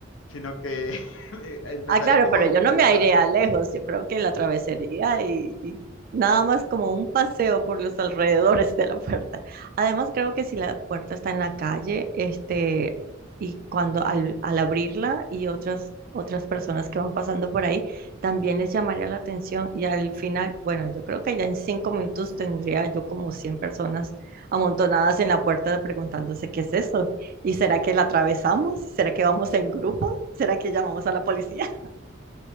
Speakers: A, on the left; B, on the right.
A: Sino que <laughs> empezaría
B: Ah, claro,
A: como
B: pero
A: a documentar
B: yo no me airea lejos. Yo creo que la travesaría y, y nada más como un paseo por los alrededores de la puerta. Además, creo que si la puerta está en la calle, este, y cuando al, al abrirla y otras otras personas que van pasando por ahí, también les llamaría la atención y al final, bueno, yo creo que ya en cinco minutos tendría yo como 100 personas amontonadas en la puerta preguntándose qué es eso. ¿Y será que la atravesamos? ¿Será que vamos en grupo? ¿Será que llamamos a la policía?